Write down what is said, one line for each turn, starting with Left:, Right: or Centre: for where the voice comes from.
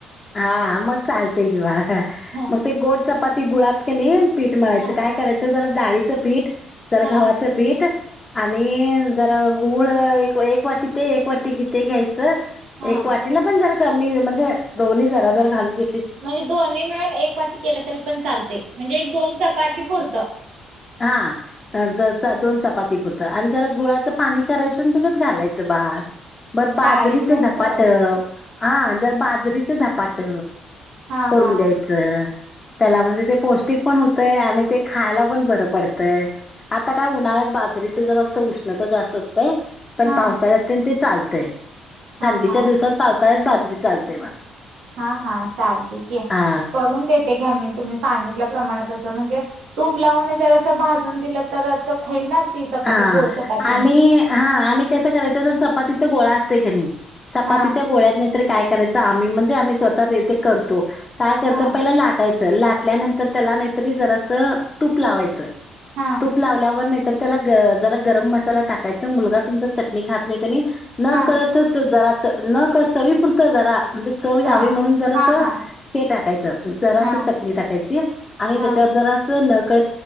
Left: हा मग चालत किं
Right: हा
Left: मग ते गोड चपाती गु कनी पीठ मळायचं
Right: हा
Left: काय करायचं जरा डाळीचं पीठ जरा
Right: हा
Left: घव्हाचं पीठ आणि जरा गूळ एक एक वाटी ते एक वाटी किथ घ्यायचं.
Right: हा
Left: एक वाटीला पण जरा कमी म्हणजे दोन्ही जरा जर घालून घेत
Right: म्हणजे दोन्ही मिळून एक वाटी केलं तरी पण चालते म्हणजे एक दोन चपाती पुरतं.
Left: हा दोन चपाती पुरत आणि जरा गुळाचं पाणी करायचं आणि त्याच्यात घालायचं बार बर बाजरीच
Right: डाळीच आणि
Left: धपाट
Right: गव्हाच
Left: हा जर बाजरीच ध पाट.
Right: हा
Left: करून
Right: हा
Left: द्यायचं. त्याला म्हणजे ते पौष्टिक पण होतंय आणि ते खायला पण बर पडतंय आता काय उन्हाळ्यात बाजरीच जर अस उष्णता जास्त असत पण
Right: हा
Left: पावसाळ्यात ते चालत ते
Right: हा
Left: थंडीच्या
Right: हा
Left: दिवसात पावसाळ्यात बाजरी लते बा.
Right: हा हा चालतय की
Left: हा
Right: करून देते घ्या मी. तुम्ही सांगितल्या प्रमाणात असं म्हणजे तूप लावून जर असं भाजून दिलं तर तो खाईल ना. ती चपाती
Left: हा
Right: गोड चपाती
Left: आणि हा आणि कसं करायचं तर तीचा गोळा असतय किणी. चपातीच्या
Right: हा
Left: गोळ्यात नाहीतर काय करायच आम्ही म्हणजे आम्ही स्वतः रे तेे करतो. काय करतं
Right: हा
Left: पहिला लाटायचं. च लाटल्यानंतर त्याला नाहीतरी जरासं तूप लावायचं.
Right: हा
Left: तूप लावल्यावर नाही. त्याला ग जरा गरम मसाला टाकायचा मुलगा तुमचा चटणी खात नाही कणी न
Right: हा
Left: कळतच जरा न कळत चवी पुरतं जरा म्हणजे चव
Right: हा
Left: यावी म्हणून जरास
Right: हा हा
Left: हे टाकायचं जरास
Right: हा
Left: चटणी टाकायची आणि
Right: हा
Left: त्याच्यावर जरास न क